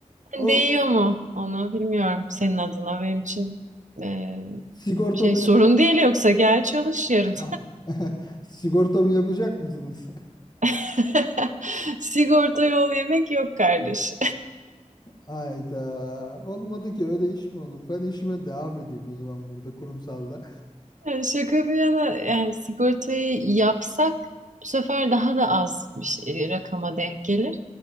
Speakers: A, on the right; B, on the left.
A: hani
B: o
A: değiyor mu onu bilmiyorum senin adına benim için e,
B: sigortamı
A: şey sorun
B: yaparsa
A: değil yoksa gel çalış yarın.
B: Ah, <laughs> sigortamı yapacak mısınız?
A: <laughs> Sigorta yol yemek yok kardeş.
B: Ayda olmadı ki öyle iş mi olur? Ben işime devam edeyim o zaman burada kurumsalda.
A: Yani şaka bir yana yani sigortayı yapsak bu sefer daha da az bir şey- e, rakama denk gelir.